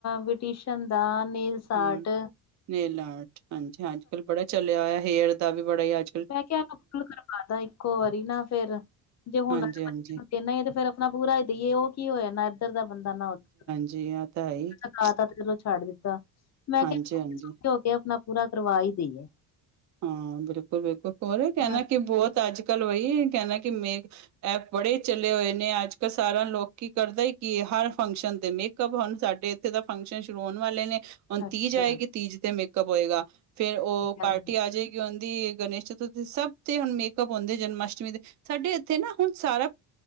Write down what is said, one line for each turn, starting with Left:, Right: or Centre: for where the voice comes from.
Left: ਵਿਟੀਸ਼ਨ ਦਾ, ਨੇਲਸ ਆਟ
Right: ਹੂੰ ਨੇਲ ਆਟ ਹਾਂਜੀ -ਹਾਂਜੀ ਕੱਲ ਬੜਾ ਚਲਿਆ ਹੋਇਆ ਹੇਅਰ ਦਾ ਵੀ ਬੜਾ ਹੀ ਅੱਜ
Left: ਮੈਂ ਕਿਹਾ ਅਪਲੋਡ ਕਰਵਾ ਦਾ ਇੱਕੋ ਵਾਰੀ ਨਾ ਫਿਰ ਜੇ ਹੁਣ
Right: ਹਾਂਜੀ-ਹਾਂਜੀ,
Left: ਆਪਾਂ ਦੇਣਾ ਤੇ ਫਿਰ ਆਪਣਾ ਪੂਰਾ ਹੀ ਦੇਈਏ ਉਹ ਕੀ ਹੋਇਆ ਨਾ ਇੱਧਰ ਦਾ ਬੰਦਾ ਨਾ ਉੱਧਰ
Right: ਜੀ ਹਾਂ ਤਾਂਈ ਐ।
Left: ਮੈਂ ਤੇ ਚਲੋ ਛੱਡ ਦਿੱਤਾ, ਮੈਂ
Right: ਹਾਂਜੀ-ਹਾਂਜੀ।
Left: ਕਿਹਾ ਔਖੇ ਸੌਖੇ ਹੋ ਕੇ ਆਪਣਾ ਪੂਰਾ ਕਰਵਾ ਹੀ ਦੇਈਏ।
Right: ਹਾਂ ਬਿਲਕੁਲ ਬਿਲਕੁਲ ਹੋਰ ਵੀ ਕਹਿੰਦਾ
Left: ਹਾਂ
Right: ਕਿ ਬਹੁਤ ਅੱਜ ਕੱਲ ਵਹੀ ਕਹਿੰਦਾ ਕਿ ਮੇ ਐਪ ਬੜੇ ਚਲੇ ਹੋਏ ਨੇ, ਅੱਜ ਕੱਲ ਸਾਰਾ ਲੋਕੀਂ ਕਰਦਾ ਹੈ ਕਿ ਹਰ ਫੰਕਸ਼ਨ ਤੇ ਮਿਕ ਮੇਕਅਪ ਹੁਣ ਸਾਡੇ ਇੱਥੇ ਦਾ ਫੰਕਸ਼ਨ ਸ਼ੁਰੂ ਹੋਣ ਵਾਲੇ ਨੇ ਹੁਣ
Left: ਅੱਛਾ
Right: ਤੀਜ ਆਏਗੀ ਤੀਜ ਤੇ ਮੇਕਅਪ ਹੋਏਗਾ ਫਿਰ ਉਹ
Left: ਹਾਂਜੀ
Right: ਬਟ <unintelligible> ਆਂਦੀ ਗਣੇਸ਼ ਚਤੁਰਥੀ ਸਭ ਤੇ ਹੁਣ ਮੇਕਅਪ ਜਨਮ ਅਸ਼ਟਮੀ ਤੇ ਸਾਡੇ ਇੱਥੇ ਨਾ ਹੁਣ ਸਾਰਾ,